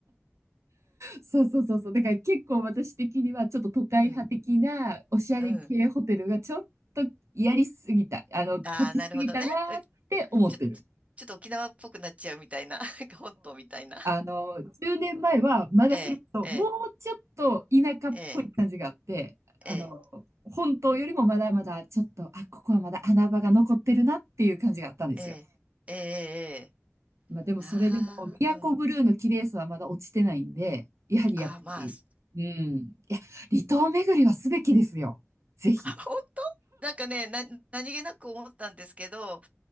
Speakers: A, on the right; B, on the right.
A: そうそうそうそう。だから結構私的にはちょっと都会派的なおしゃれ系ホテルがちょっとやりすぎた、
B: <laughs> うん、うん。
A: あの、立ちすぎたなって思ってる。
B: ああ、なるほどね。うちょ、ちょっと沖縄っぽくなっちゃうみたいな。<laughs> なんか本島みたいな。
A: あの、10年前はまだそれこそもうちょっと田舎っぽい感じがあって、
B: ええ、ええ、ええ、
A: あの、
B: ええ、
A: 本島よりもまだまだちょっと、あ、ここはまだ穴場が残ってるなっていう感じがあったんですよ。
B: ええ、ええ、え
A: まあでもそれでも、
B: えなあ、
A: 宮古ブルーの綺麗さはまだ落ちてないんで、
B: うん。
A: やはりやっぱり、
B: ああ、まあ、す
A: うん。いや、離島巡りはすべきですよ。ぜひ。
B: あ、本当なんかね、な、何気なく思ったんですけど、